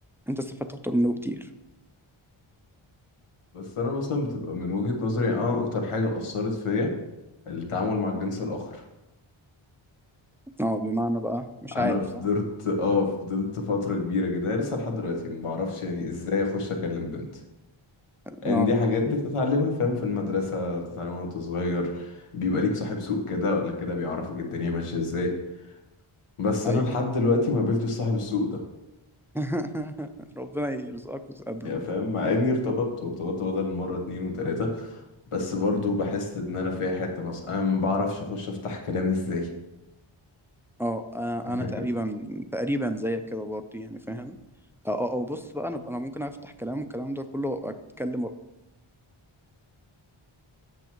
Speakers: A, in the centre; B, on the left (about 85°).
A: انت استفدت اكتر منه بكتير
B: بس انا مثلا بتبقى من وجهة نظري يعني انا اكتر حاجة اثرت فيا التعامل مع الجنس الاخر
A: اه بمعنى بقى مش
B: انا
A: عارف
B: فضلت
A: صح
B: اه فضلت فترة كبيرة كده أنا لسه لحد دلوقتي ما بعرفش يعني ازاي اخش اكلم بنت
A: اه
B: ان دي حاجات بتتعلمها فاهم في المدرسة بتتعلمها وانت صغير بيبقى ليك صاحب سوق كده ولا كده بيعرفك الدنيا ماشية ازاي بس
A: ايوه
B: انا لحد دلوقتي ما قابلتش صاحب السوق ده
A: <laughs> ربنا يرزقك وتقابله
B: يعني فاهم مع اني ارتبطت وارتبطت بدل مرة اتنين وتلاتة بس برضو بحس ان انا فيها حتة ناقصة انا ما بعرفش اخش افتح كلام ازاي
A: اه انا
B: <laughs>
A: أنا تقريبا تقريبا زيك كده برضه يعني فاهم اه اه آه، بص بقى انا انا ممكن افتح كلام والكلام ده كله وابقى اتكلم وابقى